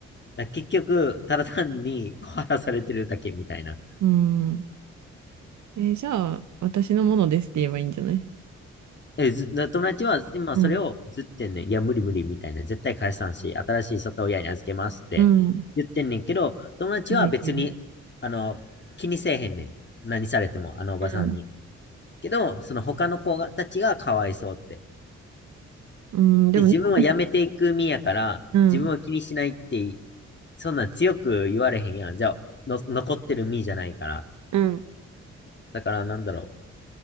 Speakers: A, on the left; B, on the right.
A: だから結局、ただ単に小らされてるだけみたいな。
B: うん。うんえーじゃあ、私のものですって言えばいいんじゃない
A: え、ず、な友達は今それをずってんねん。
B: うん、
A: いや、無理無理みたいな。絶対返さんし、新しい里親に預けますって言ってんねんけど、
B: うん。
A: 友達は別に、
B: でいいよ
A: あの、気にせえへんねん。何されても、あのおばさんに。
B: うん。
A: けど、その他の子がたちがかわいそうって。
B: うん、でも猫の、
A: で、自分は辞めていく身やから、
B: うん。
A: 自分は気にしないって、そんなん強く言われへんやん。じゃあ、の、残ってる身じゃないから。
B: うん。
A: だから、なんだろう。